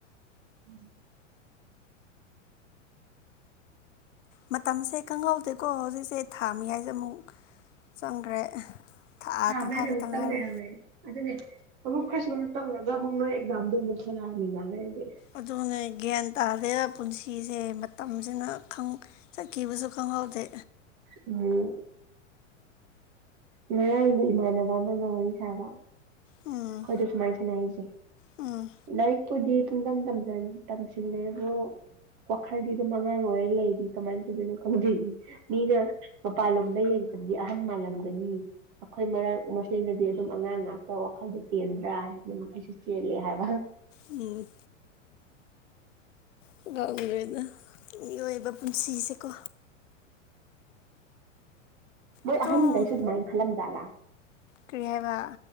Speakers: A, on the right; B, on the left.
A: ꯎꯝ
B: ꯃꯇꯝꯁꯦ ꯈꯪꯍꯧꯗꯦꯀꯣ ꯍꯧꯖꯤꯛꯁꯦ ꯊꯥ ꯃꯌꯥꯏꯗ ꯑꯃꯨꯛ ꯆꯪꯈ꯭ꯔꯦ ꯊꯥ ꯇꯪꯈꯥꯏꯈꯛꯇ
A: ꯃꯌꯥꯃꯨꯛꯇꯪ
B: ꯉꯥꯏꯔꯦ
A: ꯂꯩꯔꯝꯃꯦ ꯑꯗꯨꯅꯦ ꯑꯃꯨꯛ ꯈꯁꯃꯛ ꯇꯧꯔꯒ ꯑꯃꯨꯛ ꯅꯣꯏ ꯑꯦꯛꯖꯥꯝꯗꯣ ꯑꯃꯨꯛ ꯊꯣꯛꯂꯛꯑꯃꯤꯅ ꯂꯩꯗꯤ <unintelligible>
B: ꯑꯗꯨꯅ ꯒ꯭ꯌꯥꯟ ꯇꯥꯗꯦꯗ ꯄꯨꯟꯁꯤꯁꯦ ꯃꯇꯝꯁꯤꯅ ꯈꯪ ꯆꯠꯈꯤꯕꯁꯨ ꯈꯪꯍꯧꯗꯦ
A: ꯎꯝ ꯉꯔꯥꯡꯗꯣ ꯏꯃꯥꯟꯅꯕ ꯑꯃꯒ ꯋꯥꯔꯤ ꯁꯥꯕ
B: ꯎꯝ
A: ꯑꯈꯣꯏꯁꯨ ꯁꯨꯃꯥꯏ ꯁꯥꯟꯅꯔꯤꯁꯦ
B: ꯎꯝ
A: ꯂꯥꯏꯔꯤꯛꯄꯨꯗꯤ ꯄꯨꯡꯇꯝ ꯇꯝꯖꯟ ꯇꯝꯁꯤꯜꯂꯦꯕꯨ ꯋꯥꯈꯜꯗꯤ ꯑꯗꯨꯝ ꯑꯉꯥꯡ ꯑꯣꯏꯔ ꯂꯩꯔꯤ ꯀꯃꯥꯏꯅ ꯇꯧꯗꯣꯏꯅꯣ ꯈꯪꯗꯦ ꯃꯤꯅ ꯃꯄꯥꯟꯂꯣꯝꯗ ꯌꯦꯡꯕꯗꯗꯤ ꯑꯍꯟ ꯃꯥꯜꯂꯝꯒꯅꯤ ꯑꯩꯈꯣꯏ ꯃꯔꯛ ꯃꯁꯦꯜꯗꯗꯤ ꯑꯗꯨꯝ ꯑꯉꯥꯡ ꯉꯥꯛꯇ ꯋꯥꯈꯜꯗꯨ ꯆꯦꯟꯗ꯭ꯔ ꯍꯥꯏꯔꯁꯨ ꯑꯗꯨꯝ ꯑꯩꯁꯨ ꯆꯦꯜꯂꯤ ꯍꯥꯏꯕ
B: ꯎꯝ ꯈꯪꯗꯔꯦꯗ ꯃꯤꯑꯣꯏꯕ ꯄꯨꯟꯁꯤꯁꯦꯀꯣ
A: ꯃꯣꯏ
B: ꯑꯗꯨꯝ
A: ꯑꯍꯟꯈꯩꯁꯨ ꯑꯗꯨꯃꯥꯏꯅ ꯈꯜꯂꯝꯖꯥꯠꯂ
B: ꯀꯔꯤ ꯍꯥꯏꯕ